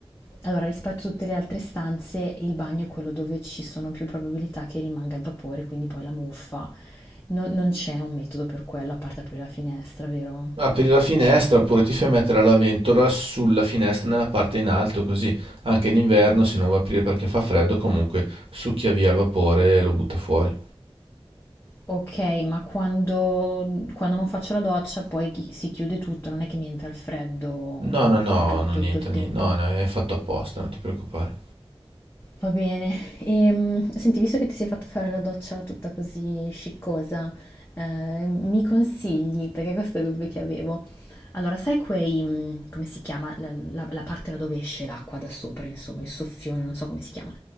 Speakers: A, on the left; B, on the right.
A: allora rispetto a tutte le altre stanze, il bagno è quello dove ci sono più probabilità che rimanga il vapore, quindi poi la muffa. Non, non c'è un metodo per quello, a parte aprire la finestra, vero?
B: Apri la finestra oppure ti fai mettere la ventola sulla finestra nella parte in alto, così anche d'inverno se non va a aprire perché fa freddo, comunque succhia via il vapore e lo butta fuori.
A: Ok, ma quando, quando non faccio la doccia poi chi- si chiude tutto, non è che mi entra il freddo
B: No,
A: mm,
B: no, no,
A: tut-
B: non
A: tutto
B: niente,
A: il
B: ni-
A: tempo.
B: no, no, è fatto apposta, non ti preoccupare.
A: Va bene. Ehm, senti, visto che ti sei fatto fare la doccia tutta così sciccosa, eh, mi consigli, perché questo è il dubbio che avevo. Allora, sai quei, mm, come si chiama, la, la- la parte da dove esce l'acqua da sopra, insomma, il soffione, non so come si chiama.